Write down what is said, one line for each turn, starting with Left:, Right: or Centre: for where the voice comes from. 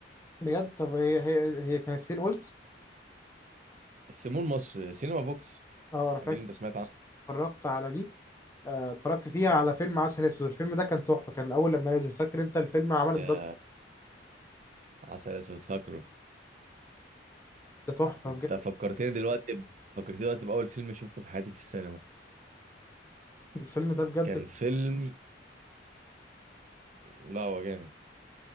Left: بجد طب هي هي هي كانت فين قلت
Right: في مول مصر سينما فوكس
Left: اه انا فاكر
Right: اكيد انت سمعت عنه
Left: اتفرجت على دي آه، اتفرجت فيها على فيلم عسل اسود الفيلم ده كان تحفه كان الاول لما نزل فاكر انت الفيلم عمل الضجه
Right: يا عسل اسود فاكره
Left: تحفه
Right: انت
Left: بجد
Right: فكرتني دلوقتي ب- فكرتني دلوقتي باول فيلم شفته في حياتي في السينما
Left: الفيلم ده بجد
Right: كان فيلم لا هو جامد